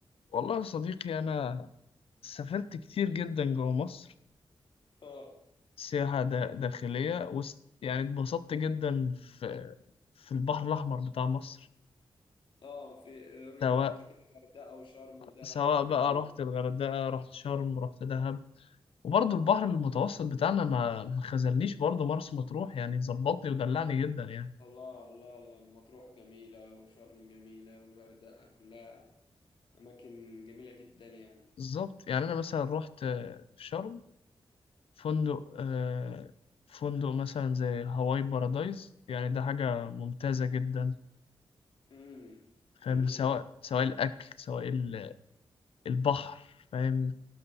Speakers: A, on the left; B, on the left.
A: والله يا صديقي أنا سافرت كتير جدا جوا مصر
B: اه
A: سياحة دا- داخلية وس... يعني اتبسطت جدا في في البحر الأحمر بتاع مصر
B: اه في
A: سواء
B: يبقى انت كده غردقة وشرم ودهب
A: سواء
B: والحاجات
A: بقى
B: دي
A: رحت الغردقة رحت شرم رحت دهب وبرضه البحر المتوسط بتاعنا ما ما خذلنيش برضه مرسى مطروح يعني ظبطني ودلعني جدا يعني
B: الله الله الله مطروح جميلة وشرم جميلة والغردقة كلها أماكن جميلة جدا يعني
A: بالظبط يعني أنا مثلا رحت آه، في شرم فندق آه، فندق مثلا زي هواي بارادايز يعني ده حاجة ممتازة جدا
B: امم جميل
A: فاهم سواء سواء الأكل سواء ال- البحر فاهم